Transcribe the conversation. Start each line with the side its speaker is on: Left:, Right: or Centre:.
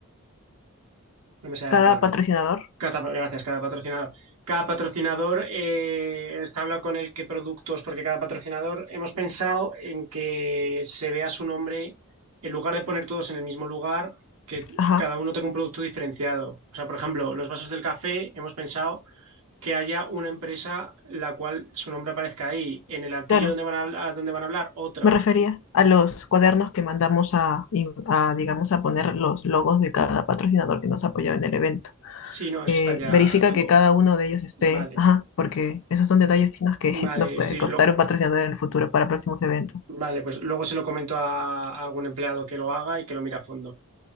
Right: no me sale
Left: cada
Right: la palabra.
Left: patrocinador,
Right: Cada, gracias, cada patrocinador. Cada patrocinador eh, está hablado con el qué productos, porque cada patrocinador hemos pensado en que se vea su nombre en lugar de poner todos en el mismo lugar, que
Left: ajá,
Right: cada uno tenga un producto diferenciado. O sea, por ejemplo, los vasos del café, hemos pensado que haya una empresa la cual su nombre aparezca ahí, en el altillo
Left: claro.
Right: donde van a, habla- donde van a hablar, otro.
Left: Me refería a los cuadernos que mandamos a, y- a, digamos, a poner los logos de cada patrocinador que nos apoyó en el evento.
Right: Sí, no, eso
Left: Eh,
Right: está ya
Left: verifica
Right: todo.
Left: que cada uno de ellos esté,
Right: Vale,
Left: ajá, porque esos son detalles finos que
Right: vale,
Left: <laughs> nos puede
Right: sí,
Left: costar
Right: lo,
Left: un patrocinador en el futuro para próximos eventos.
Right: Vale, pues luego se lo comento a, a algún empleado que lo haga y que lo mire a fondo.